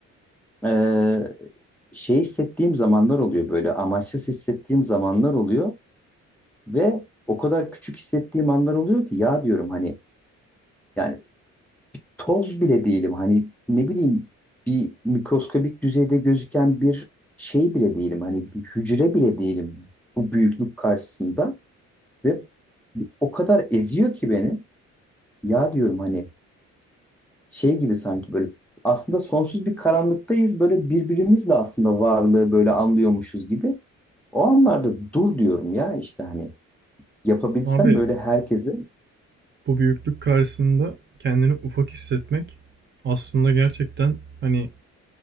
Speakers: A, in the centre; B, on the right (about 35°).
A: e, şey hissettiğim zamanlar oluyor böyle amaçsız hissettiğim zamanlar oluyor ve o kadar küçük hissettiğim anlar oluyor ki ya diyorum hani yani toz bile değilim. Hani ne bileyim bir mikroskobik düzeyde gözüken bir şey bile değilim. Hani bir hücre bile değilim bu büyüklük karşısında ve o kadar eziyor ki beni. Ya diyorum hani şey gibi sanki böyle aslında sonsuz bir karanlıktayız. Böyle birbirimizle aslında varlığı böyle anlıyormuşuz gibi. O anlarda dur diyorum ya işte hani yapabilsem
B: Abi
A: böyle herkese.
B: bu büyüklük karşısında kendini ufak hissetmek aslında gerçekten hani